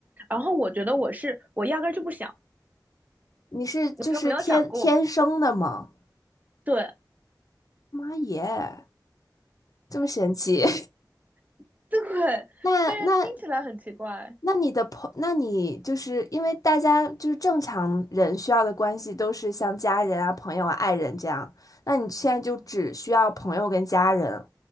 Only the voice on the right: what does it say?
然后我觉得我是我压根儿就不想，
我就没有想过。对
<laughs> 对，
虽然听起来很奇怪，